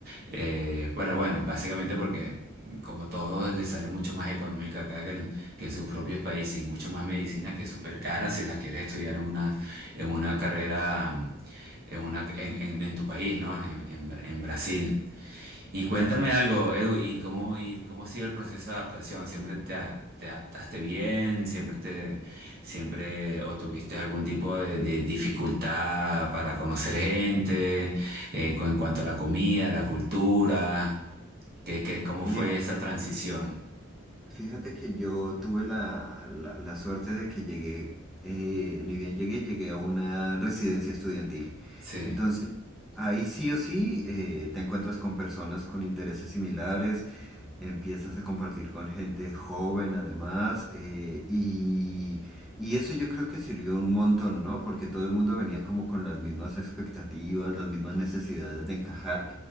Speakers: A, on the right; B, in the centre.
A: Eh, pero bueno, básicamente porque como todo les sale mucho más económica acá que en, que en sus propios países y mucho más medicinas que es súper cara si las quieres estudiar en una, en una carrera en, una, en, en- en tu país, ¿no? En, en Bra- en Brasil. Y cuéntame
B: claro.
A: algo, Edu, ¿y cómo, y cómo ha sido el proceso de adaptación? ¿Siempre te, a- te adaptaste bien? ¿Siempre te, siempre o tuviste algún tipo de, de dificultad para conocer gente, eh, con, en cuanto a la comida, la cultura? ¿Qué, qué- cómo
B: Pues mira,
A: fue esa transición?
B: fíjate que yo tuve la, la- la suerte de que llegué, eh, ni bien llegué, llegué a una residencia estudiantil.
A: Sí.
B: Entonces, ahí sí o sí eh, te encuentras con personas con intereses similares, empiezas a compartir con gente joven además, eh, y, y eso yo creo que sirvió un montón, ¿no? Porque todo el mundo venía como con las mismas expectativas, las mismas necesidades de encajar.